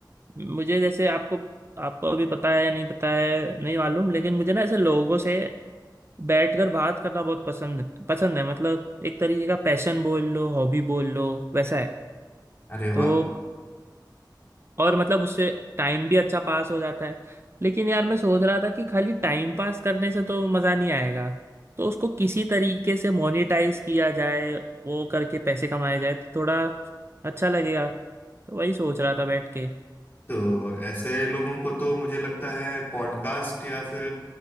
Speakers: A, on the right; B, on the left.
A: मुझे जैसे आपको आपको अभी पता है या नहीं पता है नहीं मालूम लेकिन मुझे ना ऐसे लोगों से बैठकर बात करना बहुत पसंद पसंद है मतलब एक तरीके का पैशन बोल लो हॉबी बोल लो वैसा है
B: अरे
A: तो
B: वाह
A: और मतलब उससे टाइम भी अच्छा पास हो जाता है लेकिन यार मैं सोच रहा था कि खाली टाइम पास करने से तो मज़ा नहीं आएगा तो उसको किसी तरीके से मोनेटाइज किया जाए वो करके पैसे कमाए जाए तो थोड़ा अच्छा लगेगा तो वही सोच रहा था बैठ के
B: तो ऐसे लोगों को तो मुझे लगता है पॉडकास्ट या फिर